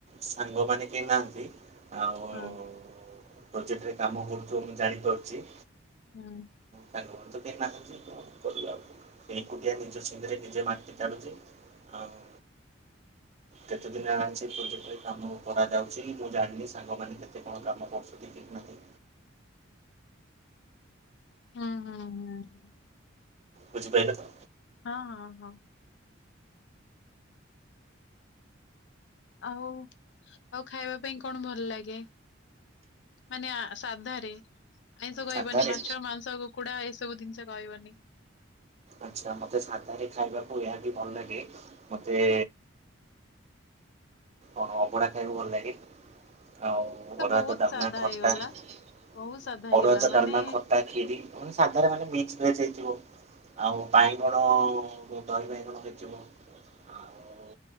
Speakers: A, on the right; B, on the left.
A: ସାଙ୍ଗ ମାନେ କେହି ନାହାନ୍ତି। ଆଉ
B: ହଁ
A: ପ୍ରଜେକ୍ଟରେ କାମ କରୁଚ ମୁଁ ଜାଣିପାରୁଛି।
B: ହୁଁ।
A: ତାଙ୍କ ଘରକୁ ତ କେହି ନାହାନ୍ତି କଣ କରିବା ଏକୁଟିଆ ନିଜ ଛିନ୍ଦରେ ନିଜେ ମାଟି ତାଡୁଛି। ଆଉ କେତେ ଦିନ ହେଲା ଅଛି ପୂ କାମ କରାଯାଉଛି। ମୁଁ ଜାଣିନି ସାଙ୍ଗମାନେ କେତେ କଣ କାମ କରୁଛନ୍ତି ଠିକ୍ ନାହିଁ।
B: ହଁ ହଁ ହଁ ହଁ।
A: ବୁଝିପାଇଲେ ତ।
B: ହଁ ହଁ ହଁ। ଆଉ ଆଉ ଖାଇବା ପାଇଁ କଣ ଭଲ ଲାଗେ? ମାନେ ସାଧାରେ ଆଇଁଷ କହିବନି
A: ସାଧାରେ
B: ମାଛ ମାଂସ କୁକୁଡ଼ା ଏସବୁ ଜିନିଷ କହିବନି।
A: ଆଚ୍ଛା ମତେ ସାଧାରେ ଖାଇବାକୁ ଏହା ବି ଭଲ ଲାଗେ ମତେ ଅଭଡା ଖାଇବାକୁ ଭଲ ଲାଗେ। ଆଉ
B: ତ
A: ଅରୁଆ
B: ବହୁତ
A: ଭାତ ଡାଲମା
B: ସାଧା
A: ଖଟା
B: ହେଇଗଲା
A: ଅରୁଆ
B: ବହୁତ ସାଧା ହେଇଗଲା
A: ଭାତ
B: ମାନେ
A: ଡାଲମା ଖଟା କ୍ଷୀରି ସାଧ ରେ ମାନେ ମିକ୍ସ ଭେଜ ହେଇଥିବ। ଆଉ ବାଇଗଣ ଦହି ବାଇଗଣ କେଚିବ। ଆଉ